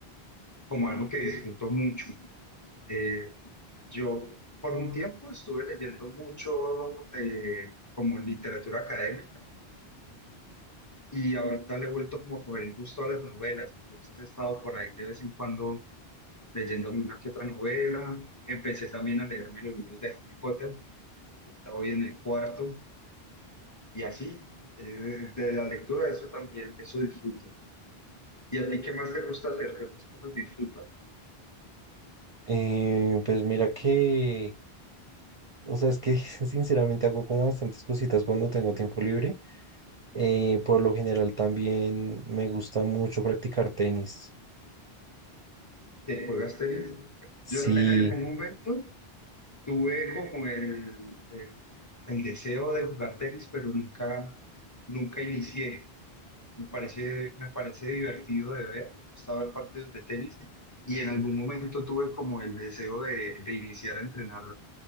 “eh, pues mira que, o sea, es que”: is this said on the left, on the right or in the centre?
Right